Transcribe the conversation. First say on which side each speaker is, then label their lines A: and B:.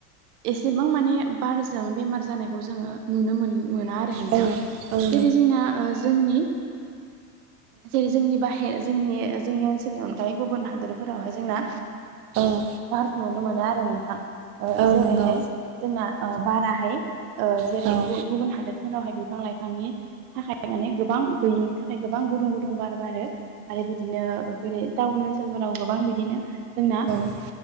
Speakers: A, on the right; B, on the right.
A: एसेबां माने बारजों बेमार जानायखौ जोङो नुनो मोन मोना आरो नों
B: औ औ
A: जेरै जोंना जोंनि जेरै जोंनि बाहेर जोंनि जोंनि ओनसोलनि अनगायै गुबुन हादोरफोरावहाय जोंना
B: औ
A: बार नुनो मोनो आरो नोंथां
B: औ नंगौ औ
A: जेरैहाय
B: नंगौ औ नंगौ
A: जोंना बाराहाय जेरै
B: नंगौ
A: गुबुन हादोरफोरावहाय बिफां लाइफांनि थाखाय माने गोबां गैयिनि थाखाय गोबां गुदुं गुदुं बार बारो आरो बिदिनो बेरे टाउन ओनसोलफोराव गोबां बिदिनो जोंना
B: औ